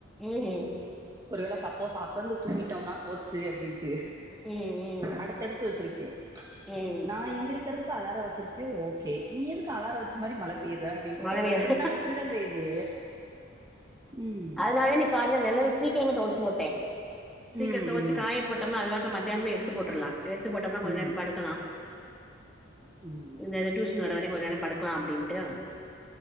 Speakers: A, in the centre; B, on the right.
A: ம்
B: ஒருவேள சப்போஸ் அசந்து தூக்கிட்டோம்னா போச்சு அப்டின் ட்டு
A: ம் ம்
B: அடுத்தடுத்து வச்சிருப்பே
A: ம்
B: நா எந்திரி க்கறதுக்கு அலார வச்சிருக்கே ஓகே நீ எது க்கு அலார வச்ச மாரி மழ பெய்ற அப்டின்டு
A: மழ
B: தொடர்ந்து
A: பெய்ற
B: ரெண்‌நாளா அப்டிதா பெயுது ம்
A: அதுனாலதா இன்னிக் கால்ல வெள்ளன சீக்கிரமே தொவச்சு போட்டே சீக்கிர
B: ம்
A: தொவச்சு
B: ம்
A: காய போட்டம்னா அது பாட்ல மத்தக்ஷயானமே எடுத்து போட்ருலா எடுத்து போட்டம்னா கொஞ்ச
B: ம்
A: நேர படுக்கலா
B: ம்
A: இந்தது டியூஷன் வர வரயு கொஞ் நேர படுக்லா அப்டின்ட்டு